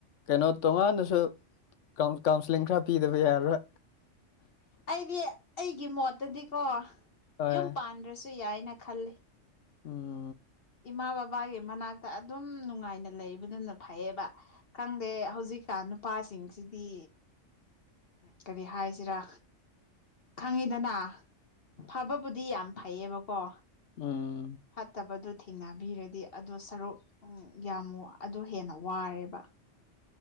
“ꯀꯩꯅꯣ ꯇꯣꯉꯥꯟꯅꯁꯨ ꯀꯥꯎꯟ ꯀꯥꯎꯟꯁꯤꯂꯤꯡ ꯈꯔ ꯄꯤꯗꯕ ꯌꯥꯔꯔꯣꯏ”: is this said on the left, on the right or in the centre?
Left